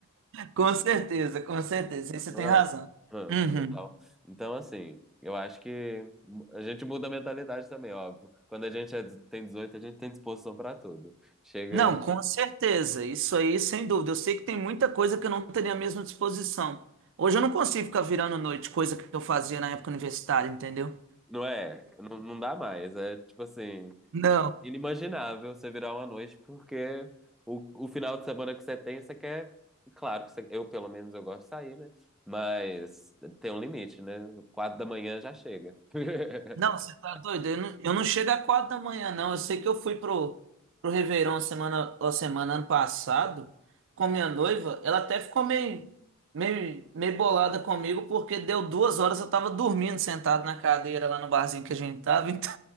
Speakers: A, on the right; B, in the centre.
A: Com certeza, com certeza, aí você
B: não
A: tem razão.
B: é? Ah,
A: Uhum.
B: total. Então, assim, eu acho que a gente muda a mentalidade também, óbvio. Quando a gente é- tem 18 a gente tem disposição pra tudo. Chega.
A: Não, com certeza. Isso aí, sem dúvida. Eu sei que tem muita coisa que eu não teria a mesma disposição. Hoje eu não consigo ficar virando noite, coisa que eu fazia na época universitária, entendeu?
B: Não é? Não, não dá mais. É tipo assim,
A: não
B: i- inimaginável você virar uma noite, porque o, o final de semana que você tem, você quer. Claro que você- eu, pelo menos, eu gosto de sair, né? Mas tem um limite, né? Quatro da manhã já chega. <laughs>
A: Não, você tá doido? Eu não, eu não chego a quatro da manhã, não. Eu sei que eu fui pro, pro Réveillon semana, ó, semana ano passado com minha noiva. Ela até ficou meio, meio, meio bolada comigo porque deu duas horas eu tava dormindo sentado na cadeira lá no barzinho que a gente tava. Então